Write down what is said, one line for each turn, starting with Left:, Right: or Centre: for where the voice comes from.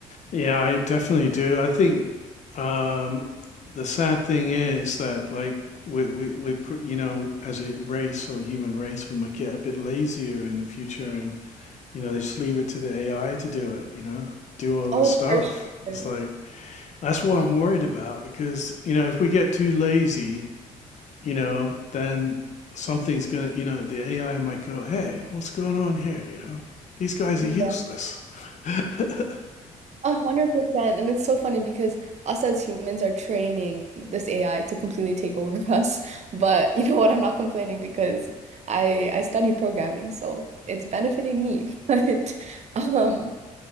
Left: yeah, I definitely do. I think um, the sad thing is that like we we we pr- you know as a race or human race we might get a bit lazier in the future and you know they just leave it to the AI to do it, you know, do all
Right: Oh,
Left: this stuff.
Right: for sure.
Left: It's like that's what I'm worried about because you know if we get too lazy you know, then something's gonna, you know, the AI might go, "Hey, what's going on here?" You know, these guys
Right: Yeah,
Left: are useless. <laughs>
Right: a hundred percent. And it's so funny because us as humans are training this AI to completely take over <laughs> us. But you know what? I'm not complaining because I I study programming, so it's benefiting me. <laughs> But um